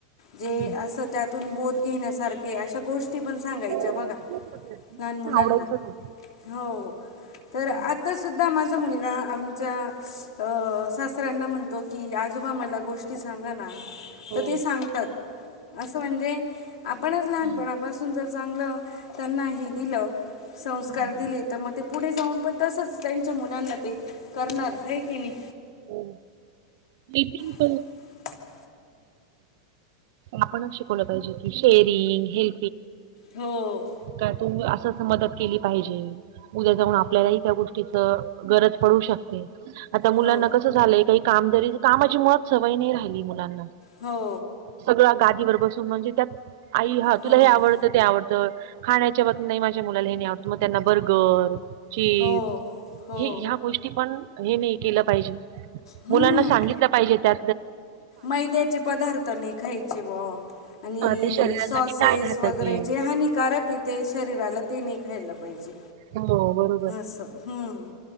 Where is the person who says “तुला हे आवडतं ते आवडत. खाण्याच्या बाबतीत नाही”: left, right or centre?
Right